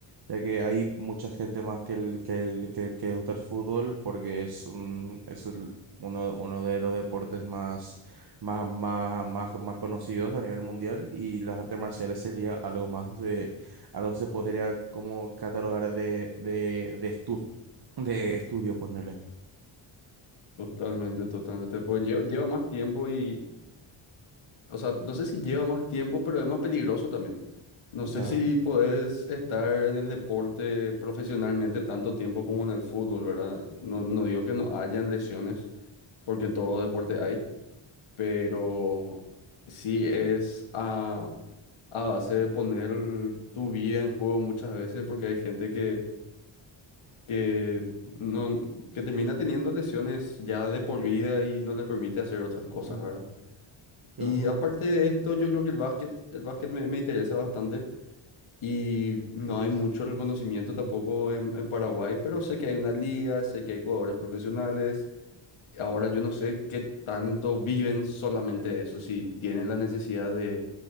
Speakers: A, on the right; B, on the left.
A: Ya que hay mucha gente más que, el, que, el- que, que le gusta el fútbol porque es, un, es el- uno, uno de los deportes más, más, más, más, más conocidos a nivel mundial y las artes marciales sería algo más de, algo que se podría como catalogar de, de, de, estu- de estudio, ponerle.
B: Totalmente, totalmente. Pues lleva, lleva más tiempo y, o sea, no sé si lleva más tiempo, pero es más peligroso también. No sé
A: claro
B: si podés estar en el deporte profesionalmente tanto tiempo como en el fútbol, ¿verdad? No, no digo que no hayan lesiones, porque en todo deporte hay, pero sí es a, a base de poner tu vida en juego muchas veces porque hay gente que, que, no, que termina teniendo lesiones ya de por vida y no les permite hacer otras cosas,
A: Claro.
B: ¿verdad?
A: Claro,
B: Y aparte de esto, yo creo que el básquet, el básquet me, me interesa bastante y no hay mucho reconocimiento tampoco en, en Paraguay, pero sé que hay una liga, sé que hay jugadores profesionales. Ahora yo no sé qué tanto viven solamente de eso, si tienen la necesidad de,